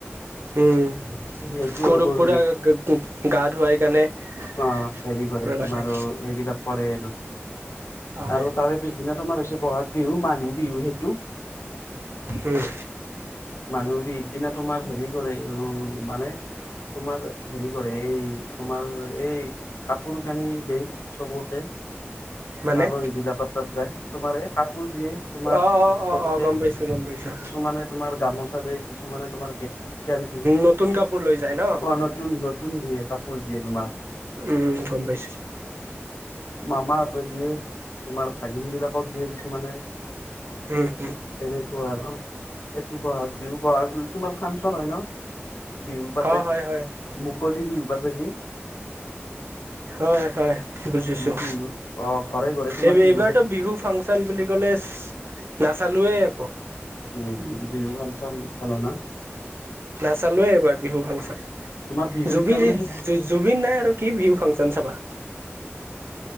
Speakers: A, on the right; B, on the left.
A: উম'
B: সেইটো
A: গৰুক
B: আৰু গৰু
A: পুৰা
B: বি
A: গা ধুৱাই কাণে পোৰা
B: অ হেৰি কৰে তোমাৰ
A: ৰাখে।
B: সেইবিলাক কৰে আৰু
A: হয়
B: আৰু তাৰে পিছদিনা তো আমাৰ হৈছে বহাগ বিহু মাঘ। মানুহ বিহু সেইটো
A: উম
B: মানুহ বিহ দিনা তোমাৰ হেৰি কৰে, মানে তোমাৰ হেৰি কৰে এই তোমাৰ এই কাপোৰ কানি দেই চবকে।
A: মানে
B: আলহী বিলাকৰ তাত যায়। তোমাৰে। কাপোৰ দিয়ে তোমাৰ
A: অ অ অ
B: চবকে,
A: অ গম পাইছো গম পাইছো
B: কিছুমানে তোমাৰ গামোচা দিয়ে, কিছুমানে তোমাৰ গেনজি নতুন-নতুন।
A: নতুন কাপোৰ লৈ যায় ন
B: কাপোৰ দিয়ে, কাপোৰ দিয়ে তোমাৰ।
A: উম' গম পাইছো।
B: মামা দিয়ে তোমাৰ ভাগিন বিলাকক দিয়ে কিছুমানে।
A: উম-উম।
B: তেনেকুৱা আৰু এইটো বহাগ বিহু, বহাগ বিহুত তোমাৰ ফাংচন হয় ন। বিহু পাত
A: হয় হয় হয়
B: মুকললি বিহু পাত যি।
A: হয়-হয় বুজিছোঁ।
B: বিহুৰ অ ঘৰে ঘৰে তোমাৰ
A: এই
B: বিহু
A: এইবাৰতো
B: খে
A: বিহু ফাংচন বুলি ক'লে নাচাল লোৱেই আকৌ
B: উম' বিহু ফাংচন চলেনা।
A: নাচালোৱে এইবাৰ বিহু ফাংচন
B: তোমাৰ বিহুত
A: জুবিন-জুবিন
B: তাৰমানে সেই
A: নাই আৰু কি বিহু ফাংচন চাবা।